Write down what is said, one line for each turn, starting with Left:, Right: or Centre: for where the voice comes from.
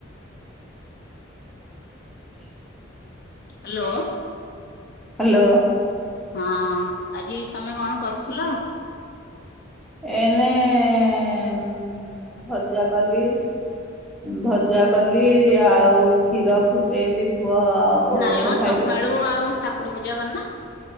Centre: <inaudible>
Left: ହାଲୋ।
Centre: ହାଲୋ।
Left: ହଁ ଆଜି ତମେ କଣ କରୁଥିଲ?
Centre: ଏଇନେ ଉଁ ଭଜାକଲି। ଭଜାକଲି ଆଉ କ୍ଷୀର ଫୁଟେଇଲି ପୁଅ ଓଟସ
Left: ନାଇଁମ
Centre: ଖାଇଲା
Left: ସକାଳୁ ଆଉ ଠାକୁର ପୂଜା କରୁନ?